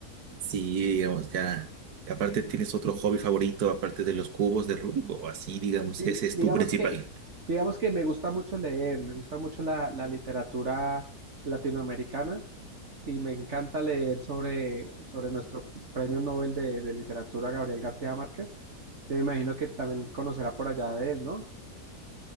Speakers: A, on the right (about 70°); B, on the right (about 45°).
A: sí, digamos, ya. Aparte, ¿tienes otro hobby favorito aparte de los cubos de Rubik o así, digamos,
B: Sí,
A: ese es
B: digamos
A: tu principal?
B: que, digamos que me gusta mucho leer, me gusta mucho la, la literatura latinoamericana y me encanta leer sobre, sobre nuestro premio Nobel de, de literatura Gabriel García Márquez. Me imagino que también conocerá por allá de él, ¿no?